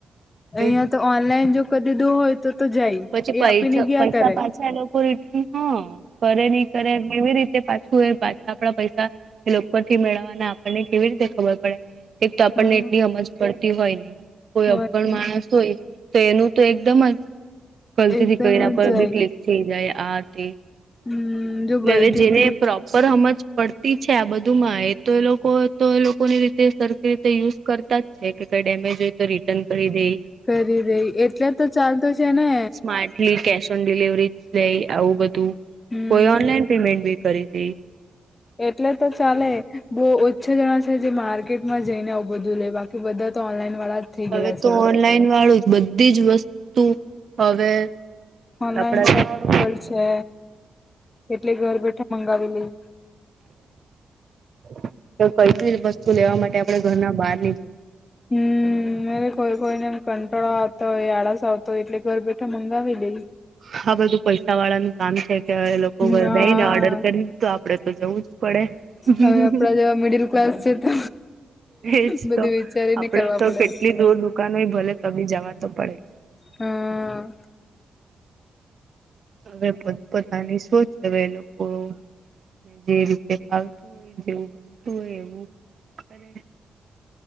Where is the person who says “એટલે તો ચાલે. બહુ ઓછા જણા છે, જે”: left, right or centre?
Left